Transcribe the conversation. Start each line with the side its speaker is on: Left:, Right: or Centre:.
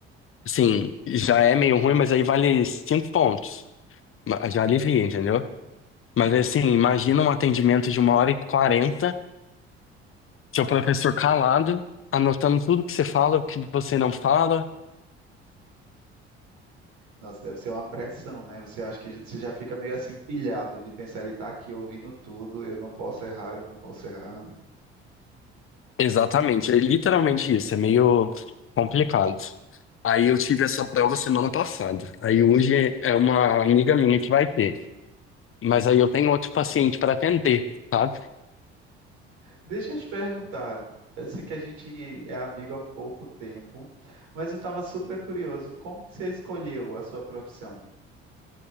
Left: Assim, já é meio ruim, mas aí vale cinco pontos. Ma- Já alivia, entendeu? Mas
Right: Pô,
Left: assim, imagina um atendimento de uma hora e quarenta, seu professor calado, anotando tudo que você fala, o que você não fala.
Right: Nossa, deve ser uma pressão, né? Você acha que você já fica meio assim pilhado de pensar, ele está aqui ouvindo tudo, eu não posso errar, eu não posso errar.
Left: Exatamente, é literalmente isso, é meio complicado. Aí eu tive essa prova semana passada. Aí hoje é uma amiga minha que vai ter, mas aí eu tenho outro paciente para atender, sabe?
Right: Deixa eu te perguntar. Eu sei que a gente é amigo há pouco tempo, mas eu estava super curioso. Como que você escolheu a sua profissão?